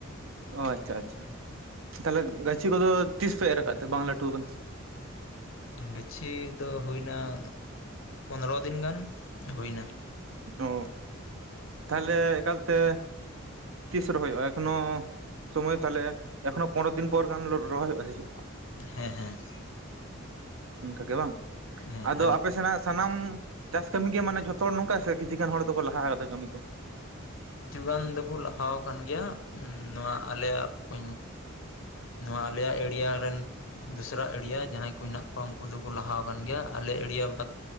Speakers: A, on the right; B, on the left.
A: ᱚ ᱟᱪᱪᱷᱟ, ᱟᱪᱪᱷᱟ ᱛᱟᱦᱚᱞᱮ ᱜᱟᱹᱪᱷᱤ ᱠᱚᱫᱚ ᱛᱤᱥ ᱯᱮ ᱮᱨ ᱠᱟᱫ ᱛᱮ ᱵᱟᱝ ᱞᱟᱹᱴᱩ ᱠᱟᱱᱟ?
B: ᱜᱟᱹᱪᱷᱤ ᱫᱚ ᱦᱳᱭ ᱱᱟ ᱯᱚᱸᱫᱽᱨᱚ ᱫᱤᱱ ᱜᱟᱱ ᱦᱳᱭ ᱱᱟ᱾
A: ᱚ ᱛᱟᱦᱚᱞᱮ ᱮᱠᱟᱞ ᱛᱮ ᱛᱤᱥ ᱨᱚᱦᱚᱭᱚᱜᱼᱟ? ᱮᱠᱷᱚᱱᱚ ᱥᱚᱢᱚᱭ ᱛᱟᱦᱚᱞᱮ ᱮᱠᱷᱚᱱᱚ ᱯᱚᱸᱱᱮᱨᱚ ᱫᱤᱱ ᱯᱚᱨ ᱜᱟᱱ ᱨᱚᱦᱚᱭ ᱦᱳᱭᱳᱜᱼᱟ ᱥᱮ ᱪᱮᱫ
B: ᱦᱮᱸ, ᱦᱮᱸ᱾
A: ᱚᱱᱠᱟ ᱜᱮ ᱵᱟᱝ,
B: ᱦᱮᱸ
A: ᱟᱫᱚ
B: ᱟᱨ
A: ᱟᱯᱮ ᱥᱮᱱᱟᱜ ᱥᱟᱱᱟᱢ ᱪᱟᱥ ᱠᱟᱹᱢᱤ ᱜᱮ ᱢᱟᱱᱮ ᱡᱷᱚᱛᱚ ᱦᱚᱲ ᱱᱚᱝᱠᱟ ᱥᱮ, ᱠᱤᱪᱷᱩ ᱜᱟᱱ ᱦᱚᱲ ᱫᱚ ᱠᱚ ᱞᱟᱦᱟ ᱠᱟᱫᱟ ᱠᱟᱹᱢᱤ ᱠᱚ?
B: ᱠᱤᱪᱷᱩ ᱜᱟᱱ ᱫᱚ ᱠᱚ ᱞᱟᱦᱟᱣ ᱠᱟᱱ ᱜᱮᱭᱟ᱾ ᱩᱸ ᱱᱚᱶᱟ ᱟᱞᱮᱭᱟᱜ ᱠᱩ ᱱᱚᱣᱟ ᱟᱞᱮᱭᱟᱜ ᱮᱨᱤᱭᱟ ᱨᱮᱱ ᱫᱩᱥᱨᱟ ᱮᱲᱤᱭᱟ ᱡᱟᱦᱟᱸᱭ ᱠᱚ ᱦᱮᱱᱟᱜ ᱠᱚᱣᱟ, ᱩᱱᱠᱩ ᱫᱚ ᱠᱚ ᱞᱟᱦᱟ ᱟᱠᱟᱱ ᱜᱮᱭᱟ, ᱟᱞᱮ ᱮᱲᱤᱭᱟ ᱵᱟ